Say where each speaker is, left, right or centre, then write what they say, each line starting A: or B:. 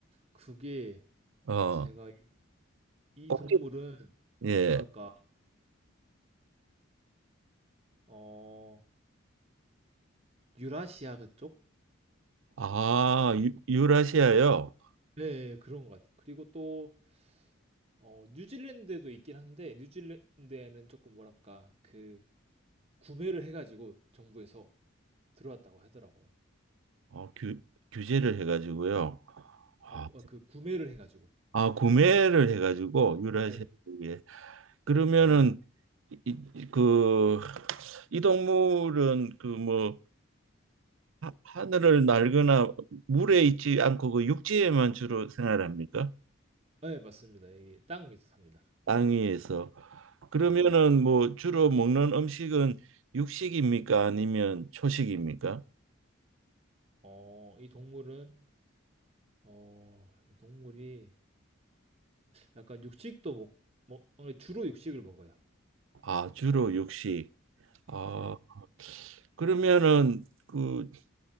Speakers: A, on the right; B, on the right.
A: 그게
B: 어,
A: 제가 이
B: 꼭지-
A: 동물은
B: 예.
A: 뭐랄까 어 유라시아 그쪽?
B: 아, 유, 유라시아요?
A: 네 네, 그런 것 같아요. 그리고 또 어, 뉴질랜드에도 있긴 한데 뉴질랜드에는 조금 뭐랄까 그 구매를 해가지고 정부에서 들어왔다고 하더라고요.
B: 어, 규, 규제를 해가지고요. 아,
A: 어, 어, 그 구매를 해가지고.
B: 아, 구매를 해가지고 유라시아
A: 네,
B: 쪽에 그러면은
A: 네,
B: 이, 이- 그, 이 동물은 그 뭐 하늘을 날거나 물에 있지 않고 그 육지에만 주로 생활합니까?
A: 네, 맞습니다. 이게 땅 위에서 삽니다.
B: 땅 위에서. 그러면은
A: 네.
B: 뭐 주로 먹는 음식은 육식입니까? 아니면 초식입니까?
A: 어, 이 동물은 어, 이 동물이 약간 육식도 먹, 먹, 어, 주로 육식을 먹어요.
B: 아, 주로 육식. 아,
A: 네.
B: 그러면은 그